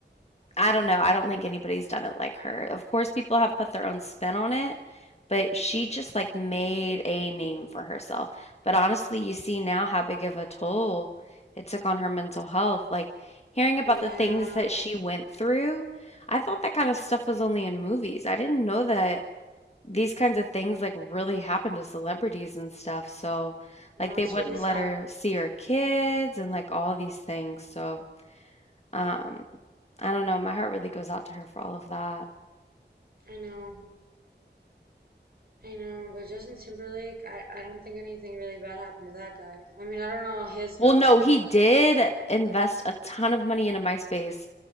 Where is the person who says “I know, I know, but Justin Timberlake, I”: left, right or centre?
Right